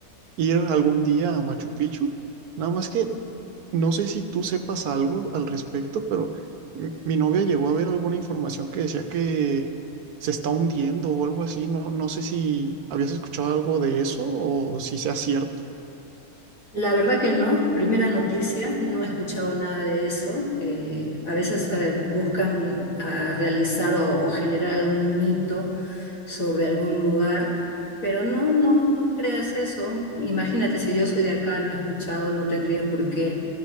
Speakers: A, on the right (about 85°); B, on the left (about 65°).
A: ir algún día a Machu Picchu. Nada más que no sé si tú sepas algo al respecto, pero mi, mi novia llegó a ver alguna información que decía que se está hundiendo o algo así. No, no sé si habías escuchado algo de eso o si sea cierto.
B: La verdad que no, primera noticia, no he escuchado nada de eso. Eh, a veces eh, buscan ah, realizar o, o generar algún mito sobre algún lugar, pero no, no, no creas eso. Imagínate, si yo soy de acá, no he escuchado, no tendría por qué